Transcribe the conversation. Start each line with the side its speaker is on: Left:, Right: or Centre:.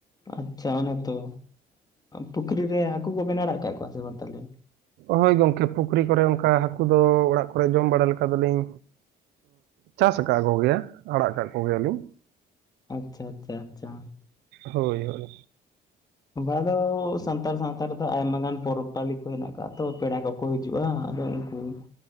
Left: ᱟᱪᱪᱷᱟ ᱚᱱᱮ ᱛᱚ ᱯᱩᱠᱷᱨᱤ ᱨᱮ ᱦᱟᱹᱠᱩ ᱠᱚᱵᱮᱱ ᱟᱲᱟᱜ ᱟᱠᱟᱫ ᱠᱚᱣᱟ ᱥᱮ ᱵᱟᱝ ᱛᱟᱦᱚᱞᱮ?
Right: ᱦᱳᱭ ᱜᱚᱢᱠᱮ ᱯᱩᱠᱷᱨᱤ ᱠᱚᱨᱮ ᱚᱱᱠᱟ ᱦᱟᱹᱠᱩ ᱫᱚ ᱚᱲᱟᱜ ᱠᱚᱨᱮᱜ ᱡᱚᱢ ᱵᱟᱲᱟ ᱞᱮᱠᱟ ᱫᱚᱞᱤᱧ ᱪᱟᱥ ᱠᱟᱜ ᱠᱚᱜᱮᱭᱟ ᱟᱲᱟᱜ ᱠᱟᱜ ᱠᱚ ᱠᱚᱜᱮᱭᱟ ᱞᱤᱧ᱾
Left: ᱟᱪᱪᱷᱟ ᱟᱪᱪᱷᱟ ᱟᱪᱪᱷᱟ᱾
Right: ᱦᱳᱭ ᱦᱳᱭ᱾
Left: ᱚᱱᱟ ᱫᱚ ᱥᱟᱱᱛᱟᱲ ᱥᱟᱶᱛᱟ ᱨᱮᱫᱚ ᱟᱭᱢᱟ ᱜᱟᱱ ᱯᱚᱨᱚᱵᱽ ᱯᱟᱹᱞᱤ ᱠᱚ ᱦᱮᱸᱱᱟᱜ ᱠᱟᱜᱼᱟ ᱛᱚ ᱯᱮᱲᱟ ᱠᱚᱠᱚ ᱦᱤᱡᱩᱜᱼᱟ ᱟᱫᱚ ᱦᱩᱸ᱾